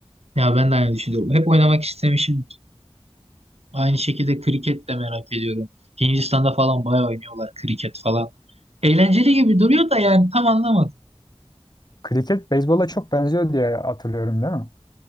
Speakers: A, on the right; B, on the left.
A: Ya ben de aynı düşünüyorum. Hep oynamak istemişim Aynı şekilde kriket de merak ediyorum. Hindistan'da falan bayağı oynuyorlar kriket falan. Eğlenceli gibi duruyor da yani tam anlamadım.
B: Kriket beyzbola çok benziyor diye hatırlıyorum değil mi?